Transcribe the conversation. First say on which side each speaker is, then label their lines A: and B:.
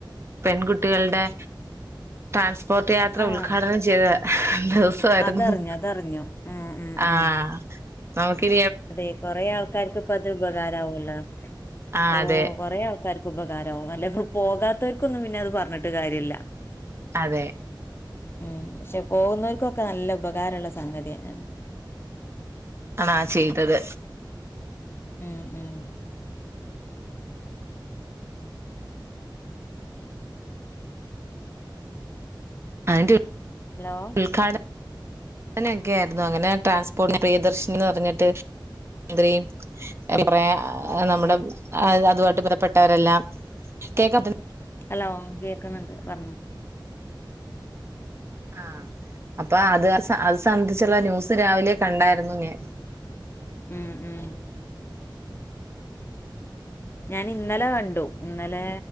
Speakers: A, on the right; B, on the left.
A: പെൺകുട്ടികൾടെ ട്രാൻസ്പോർട്ട് യാത്ര
B: ആഹ്
A: ഉദ്ഘാടനം ചെയ്ത ദിവസ് സായ്ര്ന്നു
B: അതറിഞ്ഞു അതറിഞ്ഞു ഉം ഉം
A: ആഹ്
B: ഉം
A: നമക്ക്നി
B: അതെ കൊറെ ആൾക്കാർക്ക് പ്പത് ഉപകാരാവൊല്ലോ
A: ആഹ്
B: ഓഹ്
A: അതെ
B: കൊറേ ആൾക്കാര് ഉപകാരവും അല്ല <unintelligible> പോകാത്തോര്ക്കൊന്നും പിന്നെ അത് പർഞ്ഞ്ട്ട് കാര്യല്ല.
A: അതെ.
B: ഉം പക്ഷേ പോകുന്നോർക്കൊക്കെ നല്ല ഉപകാരള്ള സംഗത്യാണ്.
A: അണാ ചെയ്തത്.
B: ഉം ഉം.
A: അയ്ൻ്റെ
B: ഹലോ.
A: ഉദ്ഘാട നെക്കായിരുന്നു അങ്ങനെ ട്രാൻസ്പോർട്ട് പ്രിയദർശിനിന്ന് പർഞ്ഞിട്ട് മന്ത്രി <unintelligible> നമ്മടെ
B: ഉം
A: അതു വായിട്ട് പുറപ്പെട്ടവരെല്ലാം കേക്കതി
B: ഹല്ലോ കേക്ക്ന്ന്ണ്ട് പർണോ.
A: ആഹ് അപ്പൊ അത് അത് സ അത് സംബന്ധിച്ചുള്ള ന്യൂസ് രാവിലെ കണ്ടാര്ന്നു ഞാൻ.
B: ഉം ഉം. ഞാനിന്നലെ കണ്ടു ഇന്നലെ